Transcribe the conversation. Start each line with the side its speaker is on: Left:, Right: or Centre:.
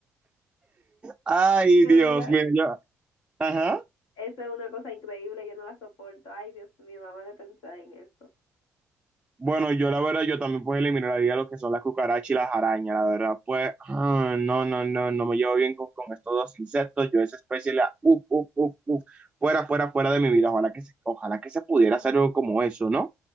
Right: Ay,
Left: Que
Right: Dios,
Left: mira,
Right: mira, yo, ajá.
Left: eso es una cosa increíble, yo no la soporto. Ay, Dios mío, nada más de pensar en eso.
Right: Bueno, yo la verdad, yo también pues eliminaría lo que son las cucarachas y las arañas, la verdad, pues, ah, no, no, no, no me llevo bien con, con estos dos insectos, yo esa especie la, uf, uf, uf, uf, fuera, fuera, fuera de mi vida, ojalá que se, ojalá que se pudiera hacer algo como eso, ¿no?